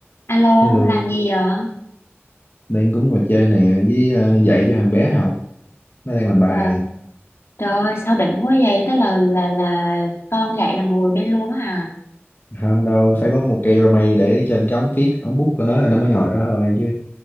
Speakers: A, on the left (about 65°); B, on the left (about 45°).
A: Alo,
B: Hello,
A: làm gì vậy?
B: đang cũng ngồi chơi nè với ờ, dạy cho thằng bé học. Nó đang làm bài.
A: Trời, trời ơi, sao đỉnh quá vậy? Tức là là là con dậy là ngồi bên luôn á hả?
B: Không đâu, phải có một cây rau mây để trên cái ống viết, ống bút của nó là nó mới ngồi đó thôi chứ.